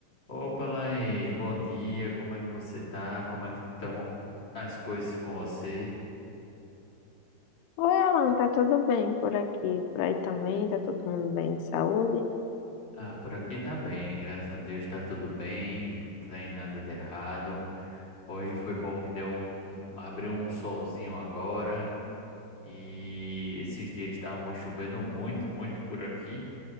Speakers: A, on the left (about 30°); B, on the left (about 80°).
A: Opa, Laís, bom dia. Como é que você tá? Como é que estão as coisas com você?
B: Oi, Alan, tá tudo bem por aqui? Por aí também, tá todo mundo bem de saúde?
A: Ah, por aqui tá bem, graças a Deus tá tudo bem, não tem nada de errado. Hoje foi bom que deu um, abriu um solzinho agora e esses dias estavam chovendo muito, muito por aqui,